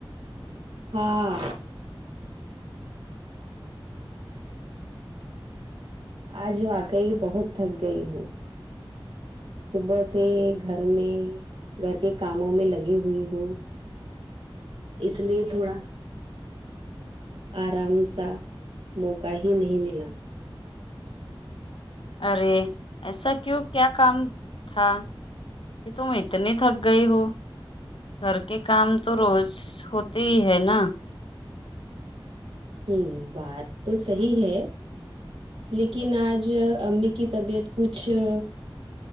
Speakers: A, on the right (about 85°); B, on the left (about 75°).
A: ہاں آج واقعی بہت تھک گئی ہوں صبح سے گھر میں گھر کے کاموں میں لگی ہوئی ہوں اس لیے تھوڑا آرام سا موقع ہی نہیں ملا
B: ارے ایسا کیوں کیا کام م تھا کہ تم اتنی تھک گئی ہو گھر کے کام تو روز ہوتے ہی ہے نا
A: ہوں بات تو صحیح ہے لیکن آج ج امی کی طبیعت کچھ ہ